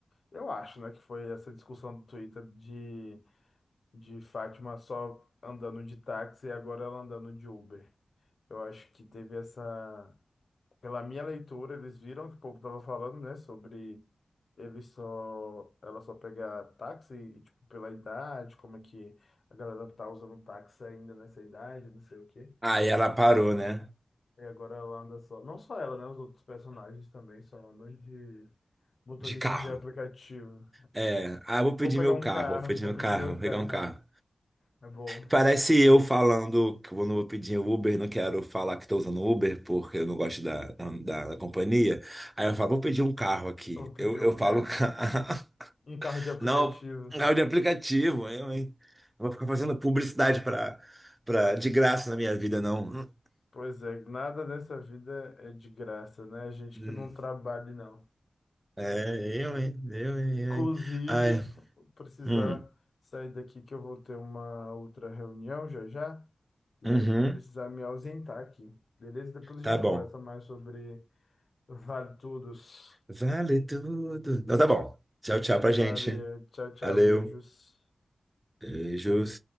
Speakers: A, on the left; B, on the right.
A: Eu acho, né, que foi essa discussão do Twitter de, de Fátima só andando de táxi e agora ela andando de Uber. Eu acho que teve essa. Pela minha leitura, eles viram que o povo tava falando, né, sobre ele só, ela só pegar táxi e, tipo, pela idade, como é que a galera tá usando táxi ainda nessa idade, não sei o quê.
B: Aí ela
A: E,
B: parou, né?
A: e agora ela anda só. Não só ela, né, os outros personagens também só andam de motoristas
B: De carro.
A: de aplicativo.
B: É, ah, vou pedir
A: Vou pegar
B: meu
A: um
B: carro,
A: carro,
B: vou pedir
A: vou
B: meu
A: pedir
B: carro,
A: meu
B: vou pegar
A: carro,
B: um carro.
A: é, é bom.
B: Parece eu falando que eu não vou pedir o Uber, não quero falar que estou usando o Uber porque eu não gosto da, da, da- da companhia. Aí eu falo, vou pedir um carro aqui.
A: Vou pedir
B: Eu, eu
A: um
B: falo,
A: carro.
B: <laughs>
A: Um carro de aplicativo.
B: não, um carro de aplicativo, eu, hein? Não vou ficar fazendo publicidade pra, pra, de graça na minha vida, não.
A: Pois é, nada nessa vida é de graça, né? A gente
B: Hum,
A: que não trabalha, não.
B: É, eu, hein? Eu, hein?
A: Inclusive,
B: eu, hein? Ai,
A: vou precisar
B: hum,
A: sair daqui que eu vou ter uma outra reunião já já. E
B: uhum,
A: aí eu vou precisar me ausentar aqui. Beleza? Depois
B: tá
A: a gente
B: bom.
A: conversa mais sobre Vale Tudos.
B: Vale tudo. Não, tá bom. Tchau, tchau pra gente.
A: Valeu, tchau, tchau,
B: Valeu.
A: beijos.
B: Beijos.